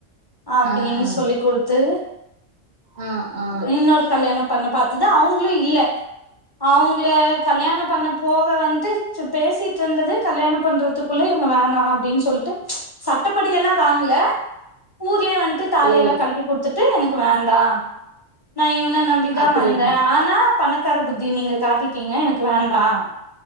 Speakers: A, on the left; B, on the right.
A: அப்படின்னு
B: ஆ ஆ
A: சொல்லி் குடுத்து
B: ஆ ஆ
A: இன்னொரு கல்யாணம் பண்ண பாத்தது அவங்களும் இல்ல அவங்கள கல்யாணம் பண்ண போக வந்து ச்சு பேசிட்டு இருந்தது கல்யாணம் பண்றதுக்குள்ள இவங்க வேணாம் அப்படினு சொல்லிட்டு சட்டப்படி எல்லாம் வாங்ல ஊர் உள்ளே வன்ட்டு தாலி
B: ஓ
A: எல்லாம் கழட்டி குடுத்துட் த்து எனக்கு வேண்டா ந இவ் ன்ன நம்பி தான்
B: அப்படின்னு
A: வந்தே ஆனா பணக்க பணக்கார புத்திய நீங்க காட்டீடீங்க எனக்கு வேண்டாம்